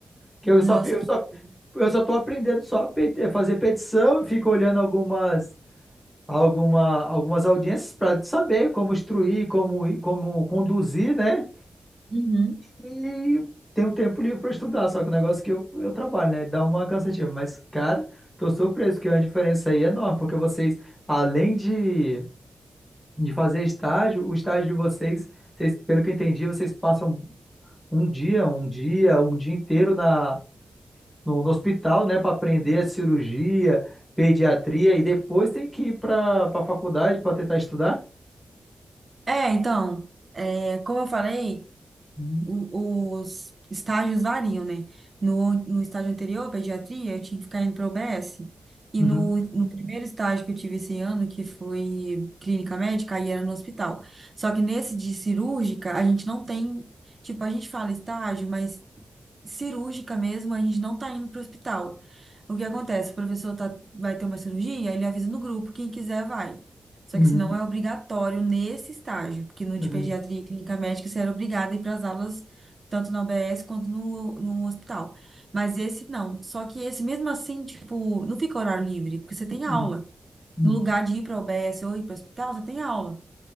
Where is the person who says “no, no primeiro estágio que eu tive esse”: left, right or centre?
Right